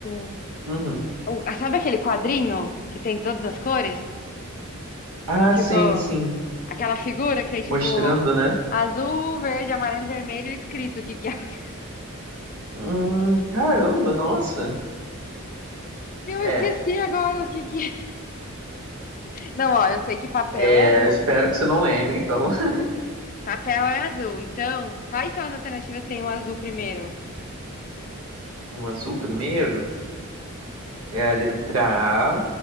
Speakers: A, on the left (about 40°); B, on the right (about 85°).
A: um
B: Uhum.
A: um- ah, sabe aquele quadrinho que tem todas as cores?
B: Ah,
A: Tipo,
B: sim, sim.
A: aquela figura que tem tipo
B: Mostrando, né?
A: azul, verde, amarelo, vermelho escrito o que que é. <laughs>
B: Hum, caramba, nossa.
A: Eu
B: É,
A: esqueci agora o que que é. Não, ó, eu sei que papel
B: é,
A: é azul.
B: espero que você não lembre, então. <laughs>
A: Papel é azul. Então, quais são as alternativas que tem o azul primeiro?
B: O azul primeiro é a letra A